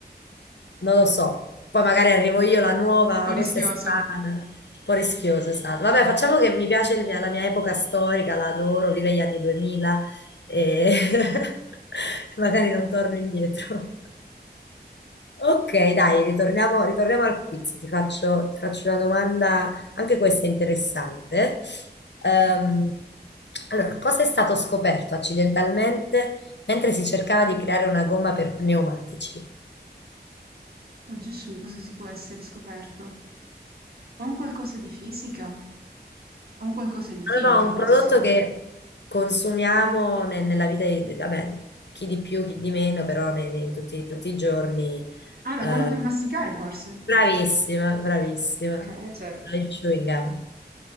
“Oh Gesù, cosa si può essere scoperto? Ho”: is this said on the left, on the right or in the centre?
Right